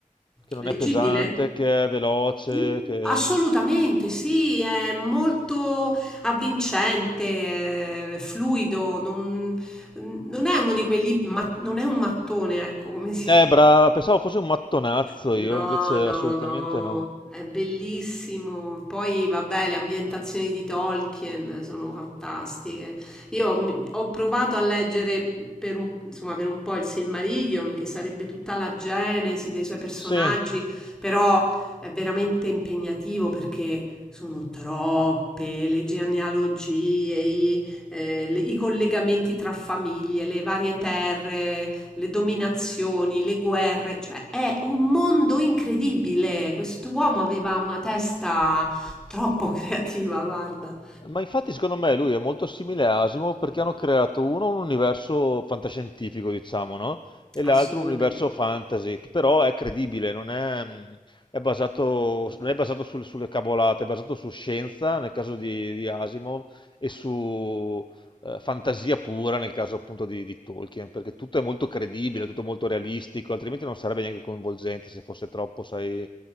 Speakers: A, on the left (about 35°); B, in the centre.
A: che
B: Leggibile?
A: non è pesante, che è veloce,
B: Mh.
A: che...
B: Assolutamente sì, è molto avvincente, è fluido, non, non è uno di quelli, ma- non è un mattone, ecco, come si
A: Eh, brava, pensavo fosse un mattonazzo
B: No,
A: io, invece
B: no,
A: assolutamente
B: no,
A: no.
B: è bellissimo. Poi, vabbè, le ambientazioni di Tolkien sono fantastiche. Io mi- ho provato a leggere per un, insomma, per un po' il Silmarillion, che sarebbe tutta la genesi dei suoi Sì. personaggi,
A: Sì,
B: però è veramente impegnativo perché sono troppe le genealogie, i, eh, le- i collegamenti tra famiglie, le varie terre, le dominazioni, le guerre, cioè è un mondo incredibile. Quest'uomo aveva una testa troppo <laughs> creativa, guarda.
A: Ma infatti secondo me lui è molto simile a Asimov perché hanno creato uno un universo fantascientifico, diciamo, no? E l'altro
B: Assolutamente.
A: un universo fantasy, che però è credibile, non è, mh, è basato, non è basato sul- sulle cavolate, è basato su scienza nel caso di, di Asimov e su eh, fantasia pura nel caso appunto di, di Tolkien, perché tutto è molto credibile, tutto molto realistico, altrimenti non sarebbe neanche coinvolgente se fosse troppo, sai,